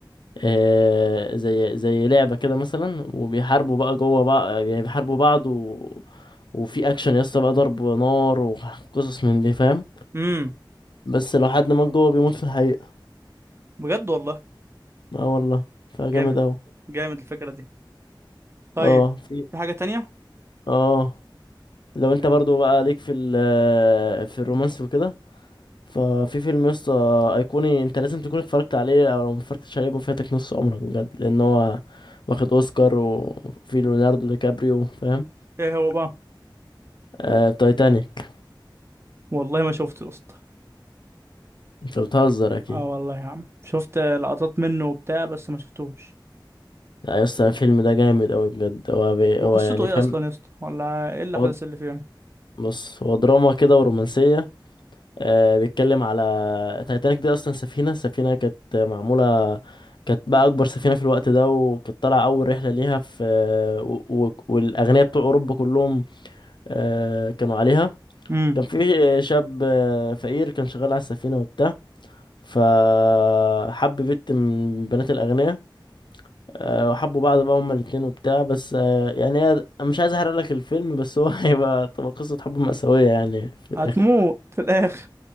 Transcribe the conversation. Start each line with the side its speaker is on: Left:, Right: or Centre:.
Left: آه، زي زي لعبة كده مثلا وبيحاربوا بقى جوه بقى يعني بيحاربوا بعض و... وفي اكشن يا اسطى بقى ضرب نار وقصص من دي فاهم
Right: امم
Left: بس لو حد مات جوه بيموت في الحقيقة
Right: بجد والله
Left: اه والله فجامد
Right: جامد
Left: اوي
Right: جامد الفكره دي طيب
Left: اه في
Right: في حاجه تانية
Left: اه لو انت
Right: مم.
Left: برضو بقى ليك في ال في الرومانسي وكده ففي فيلم يا اسطى ايقوني انت لازم تكون اتفرجت عليه او لو متفرجتش عليه يبقى فاتك نص عمرك بجد لان هو واخد اوسكار وفي ليوناردو دي كابريو فاهم
Right: ايه هو بقى
Left: آه، تايتانيك
Right: والله ما شفته يا اسطى
Left: انت بتهزر اكيد
Right: اه والله يا عم شفت لقطات منه وبتاع بس ما شفتوش
Left: لا يا اسطى الفيلم ده جامد اوي بجد هو بي...
Right: وقصته
Left: هو يعني
Right: ايه
Left: فاهم
Right: اصلا يا اسطى ولا ايه الاحداث
Left: هو
Right: اللي فيه يعني
Left: بص هو دراما كده ورومانسية آه بيتكلم على تايتانيك دي اصلا سفينة السفينة كانت معمولة كانت بقى اكبر سفينة في الوقت ده وكانت طالعة اول رحلة ليها في و... و... والاغنياء بتوع اوروبا كلهم آه كانوا عليها
Right: امم
Left: كان في شاب آه، فقير كان شغال على السفينة وبتاع فحب بنت من بنات الأغنياء آه، وحبوا بعض بقى هما الاتنين وبتاع بس آه، يعني هي أنا مش عايز احرق لك الفيلم بس هو <laughs> هيبقى تبقى قصة حب مأساوية يعني في الآخر
Right: هتموت في الاخر